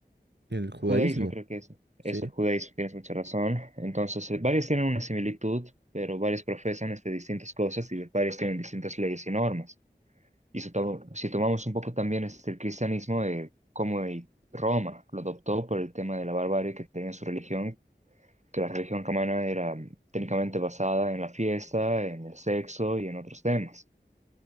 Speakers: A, on the right; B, on the right.
A: El judaísmo.
B: Judaísmo, creo que es, es
A: Sí,
B: el judaísmo, tienes mucha razón. Entonces, eh, varios tienen una similitud, pero varios profesan este, distintas cosas y varios tienen distintas leyes y normas. Y si, to- si tomamos un poco también este, el cristianismo, eh, como el- Roma lo adoptó por el tema de la barbarie que tenía en su religión, que la religión romana era mm, técnicamente basada en la fiesta, en el sexo y en otros temas.